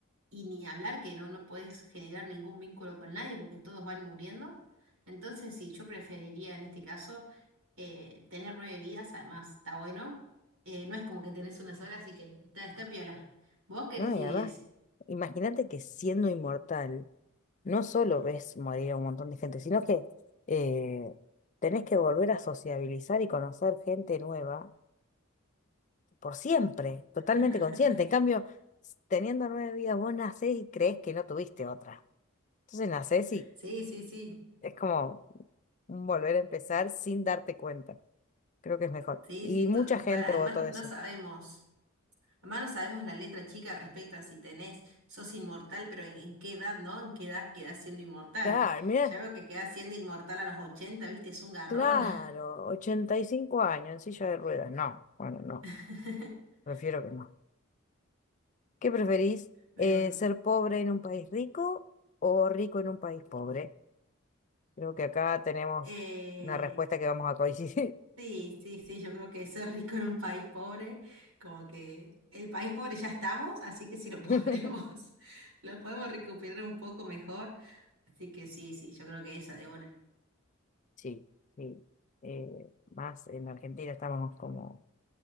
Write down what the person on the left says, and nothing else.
No,
y además, imagínate que siendo inmortal, no solo ves morir a un montón de gente, sino que eh, tenés que volver a sociabilizar y conocer gente nueva por siempre, totalmente
consciente. En cambio, s- teniendo nueve vidas, vos nacés y crees que no tuviste otra. Entonces nacés y
es como volver a empezar sin darte cuenta. Creo que es mejor.
Y
mucha
gente
votó eso.
Claro, mira,
claro, 85 años en silla de ruedas. No, bueno, no,
prefiero que no. ¿Qué preferís?
Eh,
¿ser pobre en un país rico o rico en un país pobre? Creo que acá tenemos
una respuesta que vamos a coincidir.
<laughs>
Sí, sí. Eh, más en Argentina estamos como